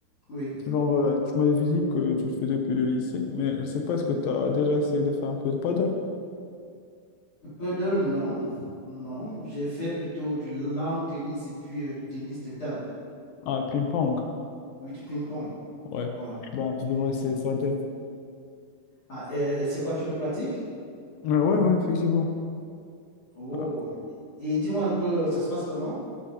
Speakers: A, on the left (about 35°); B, on the left (about 75°).
A: oui.
B: Genre, euh, tu m'avais dit que tu le fais depuis le lycée, mais je sais pas, est-ce que tu as déjà essayé de faire un peu de paddle?
A: Le paddle, non. Non, j'ai fait plutôt du lawn tennis et puis euh, du tennis de table.
B: Ah, ping-pong,
A: Oui, du ping-pong.
B: ouais.
A: Voilà,
B: Ben, je
A: du
B: devrais
A: ping-pong.
B: essayer de paddle.
A: Ah, et- et c'est quoi, tu le pratiques?
B: Ouais, ouais, ouais, effectivement.
A: Oh.
B: Ben,
A: Et et dis-moi un peu, ça se passe comment?